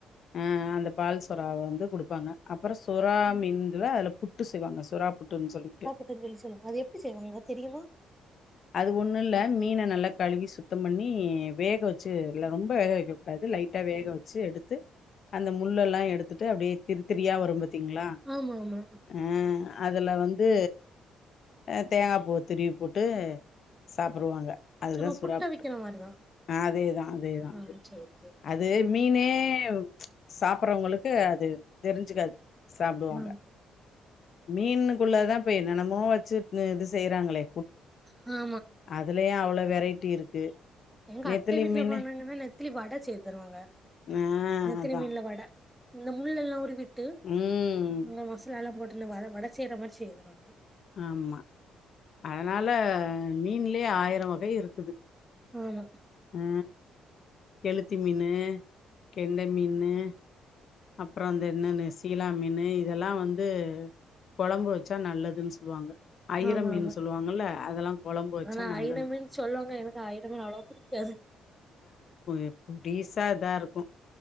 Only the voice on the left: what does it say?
ஆ அந்த பால்சொறா வந் இது குடுப்பாங்க அப்றோ சூறா மின்துல அதுல புட்டு செய்வாங்க சு சுறாப்புட்டுன்னு சொல்லிகிட்டு
அது ஒண்ணு இல்ல மீன நல்லா கழுவி சுத்த பண்ணி வேக வச்சு இல்ல ரொம்ப வேக வைக்க கூடாது லைட்டா வேக வச்சு எடுத்து அந்த முள்ளலா எடுத்திட்டு அப்டியே திருத்திரியா வரும்பத் திங்ளா
ஆ அதுல வந்து அ தேங்காப்பூ திருவி போட்டூ சாப்பிறுவாங்க அதுதா
சுறாப்புட்டு
ஆ அதேதா அதேதா
அது
அது மீனே ஹேவ் சாப்பறவுங்ளுக்கு அது தெரிஞ்சுக்காது சாப்டுவாங்க
மீனுக்குள்ளதா போய் என்னனாலு மோ வச்சுருந்து இது செய்ய இதாங்களே
அதுலயு அவ்ளோ வெ ரைட்டி இருக்கு
நெத்திலி
மீனு
ஆ
அதான்
ம்
ஆமா அதனால ஆஹ் மீன்லே ஆயிரம் வகை இருக்குது
ஆ கெளுத்தி மீனு கெண்ட மீனு அப் அப்புறம் அந்த இன்னொன்னு சீலா மீனு இதெல்லாம் வந்து கொளம்பு வச்சா நல்லதுன்னு சொல்லுவாங்க ஐயிர
மீன்
சொல்லுவாங்கல்ல அதெல்லாம் கொழம்பு வச்சா
நல்லது
எ பீசா தார்ருக்கு